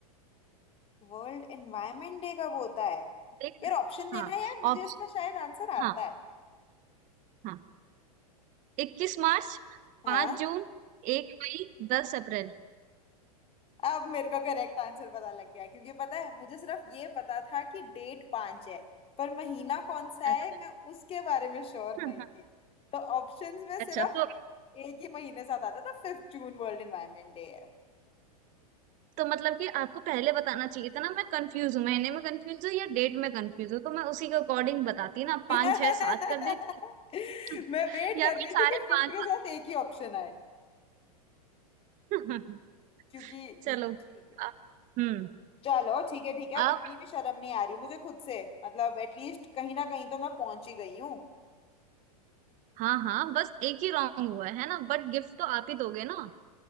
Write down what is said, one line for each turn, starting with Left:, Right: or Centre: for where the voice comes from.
Left: वर्ल्ड एनवायरनमेंट डे कब होता है
Right: देख
Left: यार ऑप्शन देना
Right: हाँ
Left: यार मुझे
Right: ऑप्शन
Left: इसका शायद आंसर आता
Right: हाँ
Left: है
Right: हाँ इक्कीस मार्च
Left: हाँ
Right: पांच जून एक मई दस अप्रैल
Left: अब मेरे को करेक्ट आंसर पता लग गया क्योंकि पता है मुझे सिर्फ ये पता था कि डेट पांच है पर महीना कौन सा है
Right: अच्छा
Left: मैं उसके बारे में श्योर
Right: <laughs>
Left: नहीं थी तो ऑप्शंस में
Right: अच्छा
Left: सिर्फ
Right: तो
Left: एक ही महीने साथ आता था फिफ्थ जून वर्ल्ड एनवायरनमेंट डे है
Right: तो मतलब कि आपको पहले बताना चाहिए था ना मैं कंफ्यूज हूँ महीने में कंफ्यूज हूँ या डेट में कंफ्यूज हूँ तो मैं उसी के अकॉर्डिंग बताती ना
Left: <laughs>
Right: पाँच
Left: मैं
Right: छह सात कर देती <laughs>
Left: वेट
Right: या
Left: कर रही
Right: फिर
Left: थी
Right: सारे
Left: कि फिफ्थ
Right: पांच
Left: के साथ एक ही ऑप्शन आए
Right: <laughs> पांच
Left: क्योंकि
Right: चलो
Left: ठीक है
Right: अ- हम्म
Left: चलो ठीक है ठीक है
Right: अब
Left: अब इतनी भी शर्म नहीं आ रही मुझे खुद से मतलब एटलीस्ट कहीं ना कहीं तो मैं पहुंच ही गई हूँ
Right: हाँ हाँ बस एक ही रॉन्ग हुआ है ना बट गिफ्ट तो आप ही दोगे ना